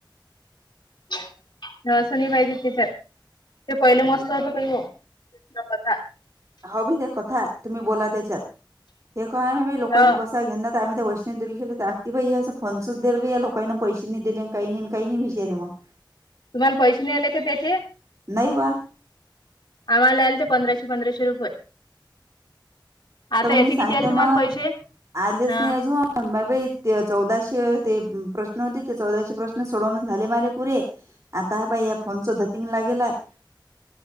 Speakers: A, on the left (about 65°); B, on the right (about 40°).
A: हे हस नई पाहिजे त्याच्यात ते पहिले मस्त होत कही हो त्या कथा
B: हाव बाई तें कथा, तुम्ही बोला त्याच्यात, हे काय हाय आम लोकाले
A: ह
B: बस काय यांना आम्ही त्या वष्णव देवी ले गेले तो बाई असं फोनच या लोकांना पैसे नाही दिले, काही नाही काही नाही विचारे मग <unintelligible>
A: तुम्हाला पैसे नहीं आले का त्याचे?
B: नइवा <unintelligible>
A: आम्हाला आलते पंधराशे-पंधराशे रुपये. आता
B: तर मग
A: याचे
B: मी सांगतो
A: किती आले तुम्हाला
B: ना,
A: पैसे
B: आलेच
A: हा
B: नाही अजून. मा बाई ते, चौदाशे ते प्रश्न होते, ते चौदाशे प्रश्न सोडवून झाले माजे पुरे. आता हा पाय, या फोनचं धतींगला गेलाय. <unintelligible>